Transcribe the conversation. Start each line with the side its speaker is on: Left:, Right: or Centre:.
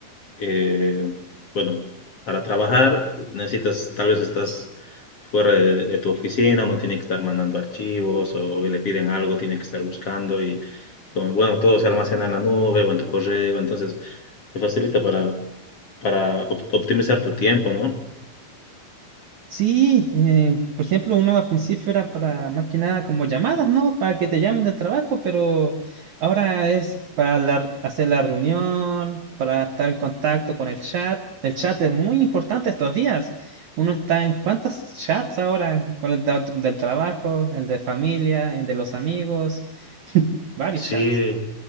Left: eh, bueno, para trabajar necesitas, tal vez estás fuera de, de tu oficina, uno tiene que estar mandando archivos o le piden algo, tiene que estar buscando y como, bueno, todo se almacena en la nube o en tu correo, entonces te facilita para, para op- optimizar tu tiempo, ¿no?
Right: Sí, eh, por ejemplo, uno al principio era para más que nada como llamadas, ¿no? Para que te llamen del trabajo, pero ahora es para la- hacer la reunión, para estar en contacto con el chat. El chat es muy importante estos días. Uno está en cuántos chats ahora, por el da- del trabajo, el de familia, el de los amigos, varios
Left: Sí,
Right: chats.